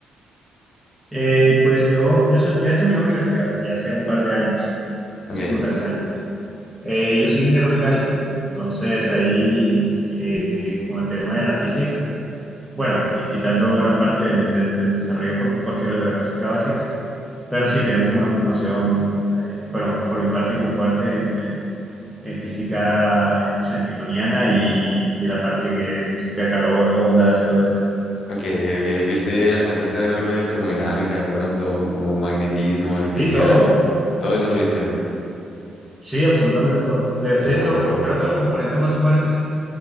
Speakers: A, in the centre; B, on the left.
A: Eh, pues yo, yo, soy, yo ya terminé la universidad, ya hace un par de años,
B: Ok.
A: hace como tres años. Eh, yo soy ingeniero mecánico, entonces ahí eh, eh, con el tema de la física, bueno, qui- quitando gran parte del, del- del desarrollo por- posterior de la física básica, pero sí tenemos como una formación, eh, bueno, por mi parte como fuerte en física, eh, no sé, newtoniana y, y la parte que física, calor, ondas, todo esto.
B: Ok, ok. ¿Viste, alcanzaste a ver algo de termodinámica de pronto, o magnetismo, electricidad?
A: Sí, todo.
B: Todo eso lo viste.
A: Sí, absolutamente todo. De,
B: Qué
A: de
B: loco.
A: hecho, creo que el componente más fuerte